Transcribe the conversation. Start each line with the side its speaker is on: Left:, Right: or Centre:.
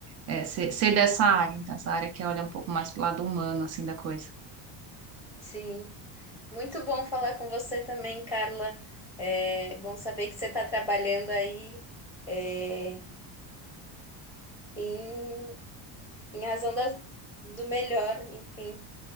Right: é, ser, ser dessa área, então, essa área que olha um pouco mais pro lado humano, assim, da coisa.
Centre: Sim. Muito bom falar com você também, Carla. É bom saber que você está trabalhando aí é, em, em razão da, do melhor, enfim.